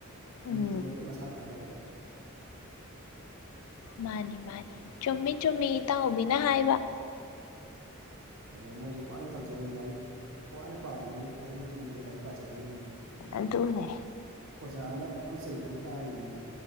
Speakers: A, on the left (about 80°); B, on the right (about 65°).
A: ꯎꯝ
B: ꯃꯤ ꯃꯁ ꯐꯔ ꯂꯩꯔꯗꯤ꯫
A: ꯃꯥꯅꯤ ꯃꯥꯅꯤ ꯆꯨꯝꯃꯤ ꯆꯨꯝꯃꯤ ꯏꯇꯥꯎꯍꯕꯤꯅ ꯍꯥꯏꯕ
B: ꯑꯗ ꯃꯣꯏꯁꯨ ꯋꯥꯅ ꯇꯝꯖꯔꯤꯅꯤ ꯂꯥꯏꯔꯤꯛ ꯋꯥꯅ ꯄꯥꯔꯤꯅꯤ ꯑꯍꯤꯡ ꯇꯨꯝꯗꯒꯤ ꯂꯥꯏꯔꯤꯛ ꯄꯥꯖꯔꯛꯏꯅꯤ꯫
A: ꯑꯗꯨꯅꯦ
B: ꯑꯣꯖꯥꯅ ꯃꯌꯥꯝ ꯆꯩꯕ ꯑꯃ ꯇꯥꯔꯤꯅꯤ꯫